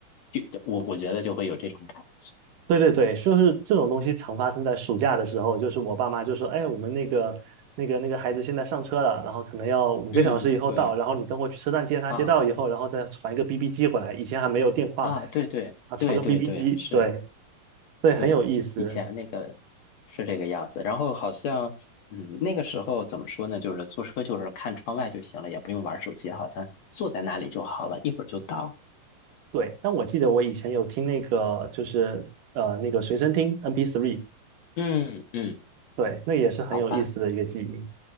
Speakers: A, on the left; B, on the right.
A: 就我我觉得就会有这种感觉，
B: 对对对，就是这种东西常发生在暑假的时候，就是我爸妈就说，哎，我们那个那个那个孩子现在上车了，然后可能要五个小时以后到，
A: 嗯，对
B: 然后你等会去车站接他，
A: 啊
B: 接到以后，然后再传一个 BB 机回来。以前还没有电话
A: 啊，对对对对对，
B: 啊，传个 BB 机，
A: 是。
B: 对对，很有意思。
A: 对，以前那个是这个样子，然后好像，嗯，那个时候怎么说呢？就是坐车就是看窗外就行了，也不用玩手机，好像坐在那里就好了，一会儿就到。
B: 对，但我记得我以前有听那个，就是呃那个随身听 MP3，
A: 嗯嗯，
B: 对，那也是很有意思的一个记忆。
A: 好吧，